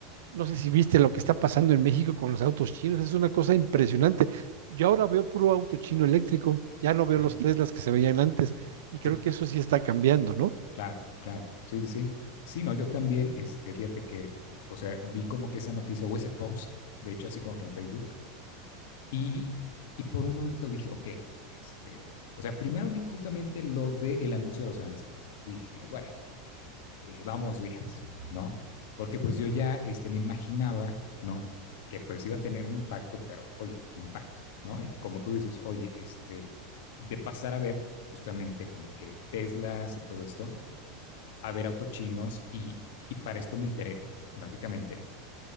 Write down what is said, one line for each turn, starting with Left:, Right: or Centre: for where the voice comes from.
Right: No sé si viste lo que está pasando en México con los autos chinos, es una cosa impresionante. Yo ahora veo puro auto chino eléctrico, ya no veo
Left: ajá,
Right: los Teslas que se veían antes y creo
Left: sí.
Right: que eso sí está cambiando, ¿no?
Left: Claro, claro. Sí, sí, sí. Sí, no, yo también, este, fíjate que, o sea, vi como que esa noticia o ese post, de hecho, así como que en Facebook, y,
Right: Ujú.
Left: y por un momento dije, ok, este, o sea, primero vi justamente lo del anuncio de los aranceles. Dije, bueno, eh, vamos bien, ¿no? Porque pues yo ya, este, me imaginaba, ¿no? Que pues iba a tener un impacto, pero, oye, ¿qué impacto? ¿No? Y como tú dices, oye, este, de pasar a ver justamente como que Teslas y todo esto, a ver autos chinos y, y para esto me enteré, básicamente,